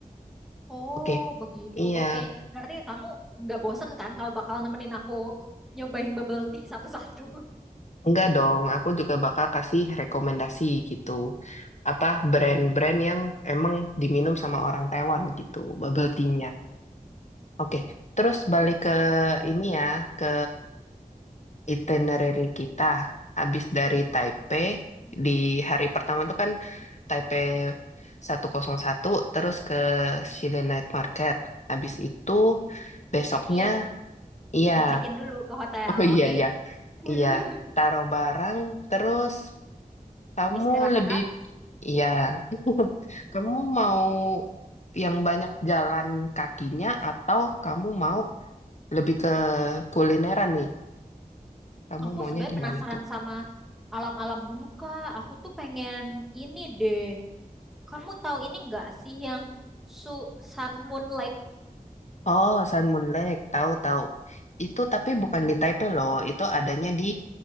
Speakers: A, in the centre; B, on the left.
A: Oh,
B: Oke.
A: begitu.
B: Iya,
A: Oke, Berarti kamu nggak bosen kan kalau bakal nemenin aku nyobain bubble tea satu-satu?
B: enggak dong. Aku juga bakal kasih rekomendasi gitu. Apa brand-brand yang emang diminum sama orang Taiwan gitu, bubble tea Oke, terus balik ke ini ya, ke itinerary kita. Habis dari Taipei,
A: <laughs> Oke.
B: di hari pertama tuh kan Taipei seratus satu, terus ke Xile Night Market. Habis itu, besoknya,
A: check in
B: iya,
A: eh check in dulu ke
B: <laughs>
A: hotel
B: oh iya,
A: oke
B: iya,
A: <laughs>
B: iya, taruh barang, terus kamu
A: istirahat
B: lebih, iya, <laughs> kamu mau yang banyak jalan kakinya atau kamu mau lebih ke kulineran nih? Kamu
A: aku
B: maunya
A: sebenarnya
B: gimana
A: penasaran
B: tuh?
A: sama alam-alam dulu kak aku tuh pengen ini deh kamu tahu ini nggak sih yang su Sun Moon Lake
B: Oh, Sun Moon Lake, tahu-tahu. Itu tapi bukan di Taipei loh, itu adanya di